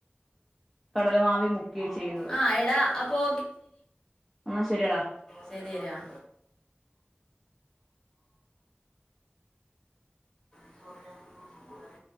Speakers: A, in the centre; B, on the left.
A: കടലമാവി മുക്കി വെച്ചെക്കുന്നത്
B: ആ എടാ അപ്പോൾ
A: എന്നാ ശരിയടാ
B: ശരേരാ <inaudible>